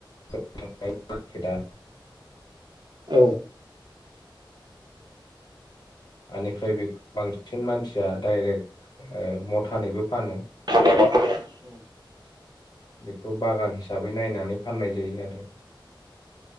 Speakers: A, on the left; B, on the right.
A: <unintelligible> बेवहाय
B: औ
A: बेनिफ्राय बे बांसिन मानसिया डाइरेक्ट मथानैबो फानो।
B: <unintelligible> औ
A: बि बागान हिसाबै नायनानै फाननाय जायो आरो।